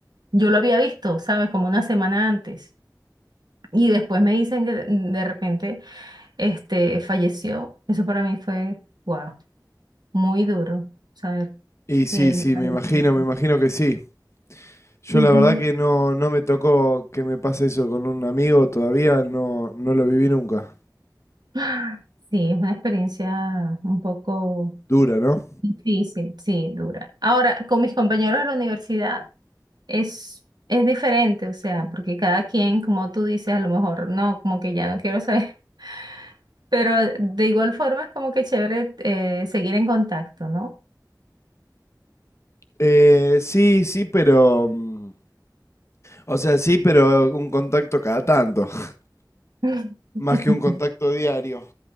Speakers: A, on the right; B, on the left.
A: yo lo había visto, ¿sabes? Como una semana antes. Y después me dicen que de de repente este, falleció. Eso para mí fue, wow, muy duro saber
B: Y sí,
A: que él
B: sí,
A: falleció.
B: me imagino, me imagino que sí. Yo
A: Ujú.
B: la verdad que no, no me tocó que me pase eso con un amigo todavía, no, no lo viví nunca.
A: <gasps> Sí, es una experiencia un poco
B: Dura, ¿no?
A: difícil, sí, dura. Ahora, con mis compañeros de la universidad es, es diferente, o sea, porque cada quien, como tú dices, a lo mejor no, como que ya no quiero saber, <laughs> pero de igual forma es como que chévere eh, seguir en contacto, ¿no?
B: Eh, sí, sí, pero... mm, O sea, sí, pero un contacto cada tanto, <laughs>
A: <laughs>
B: más que un contacto diario.